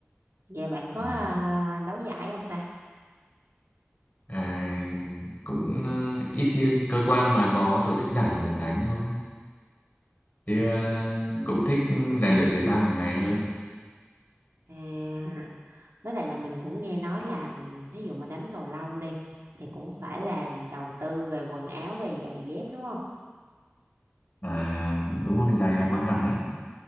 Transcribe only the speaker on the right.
dạ bạn có
à, đấu giải không ta?
À,
à. với lại là mình cũng nghe nói là thí dụ mà đánh cầu lông đi thì cũng phải là đầu tư về quần áo về giày dép đúng không